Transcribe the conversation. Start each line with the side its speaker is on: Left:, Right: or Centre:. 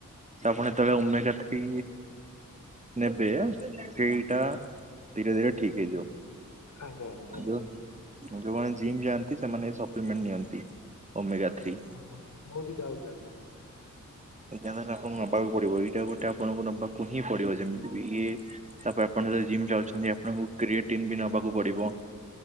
Right: ତ ଆପଣ ଯେତେବେଳେ ଓମେଗା ଥ୍ରୀ ନେବେ ସେଇ ସେଟା ଧୀରେ ଧୀରେ ଠିକ ହେଇଯିବ
Left: ଆଜ୍ଞା ଆଜ୍ଞା ଆଜ୍ଞା
Right: ଯୋଉ ଯୋଉମାନେ ଜିମ୍ ଯାଆନ୍ତି ସେମାନେ ସପ୍ଲିମେଣ୍ଟ ନିଅନ୍ତି। ଓମେଗା ଥ୍ରୀ
Left: ଓ ହ ହ ମୁଁ ବି ଯାଉଛ ଆଜ୍ଞା।
Right: ଏଇଲେ ଆପଣ ନବାକୁ ପଡ଼ିବ ଏଇଟା ଗୋଟେ ଆପଣଙ୍କୁ ନବାକୁ ହିଁ ପଡିବ ଯେମିତି ଇଏ ତାପରେ ଆପଣ ଯଦି ଜିମ୍ ଯାଉଛନ୍ତି ଆପଣଙ୍କୁ କ୍ରିଏଟିନ ବି ନବାକୁ ପଡିବ।